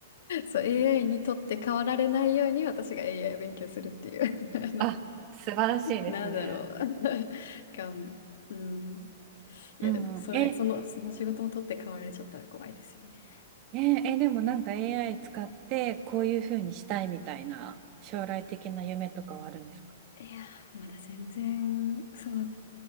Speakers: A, on the left; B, on the right.
A: そう、AI にとって変わられないように私が AI を勉強するっていう。<laughs> あの、
B: あ、素晴らしいですね。
A: なんだろう。<laughs> がん、うん。いや、
B: うんうん、
A: でも、それ、
B: え、
A: その、その仕事も取って代わられちゃったら怖いですよね。
B: ねえ、え、でもなんか AI 使ってこういうふうにしたいみたいな将来的な夢とかはあるんですか
A: いやー、まだ全然、そう、